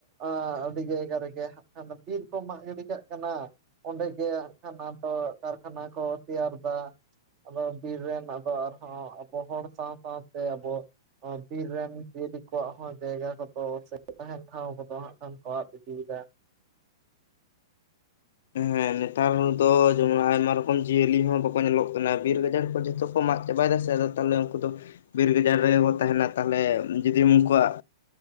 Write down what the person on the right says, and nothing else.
ᱟ- ᱟᱹᱰᱤ ᱡᱟᱭᱜᱟ ᱨᱮ ᱜᱮ ᱦᱟᱸᱜ ᱮᱱ ᱠᱷᱟᱱ ᱫᱚ ᱵᱤᱨ ᱠᱚᱢ ᱢᱟᱜ ᱜᱤᱰᱤ ᱠᱟᱜ ᱠᱟᱱᱟ ᱚᱸᱰᱮ ᱜᱮ ᱟᱱᱠᱷᱟᱱ ᱟ ᱫᱚ ᱠᱟᱨᱠᱷᱟᱱᱟ ᱠᱚ ᱛᱮᱭᱟᱨ ᱫᱟᱼᱼ ᱟᱫᱚ ᱵᱤᱨ ᱨᱮᱱ ᱟᱫᱚ ᱟᱨ ᱦᱚᱸ ᱟᱵᱚ ᱦᱚᱲ ᱥᱟᱶ-ᱥᱟᱶ ᱛᱮ ᱟᱵᱚᱼᱼ ᱵᱤᱨ ᱨᱮᱱ ᱡᱤᱭᱟᱹᱞᱤ ᱠᱚᱣᱟᱜ ᱦᱚᱸ ᱡᱟᱭᱜᱟ ᱠᱚ ᱫᱚ ᱥᱮ ᱛᱟᱦᱮᱱ ᱴᱷᱟᱶ ᱠᱚ ᱫᱚ ᱦᱟᱸᱜ ᱠᱷᱟᱱ ᱠᱚ ᱟᱫ ᱤᱫᱤᱭ ᱮᱫᱟ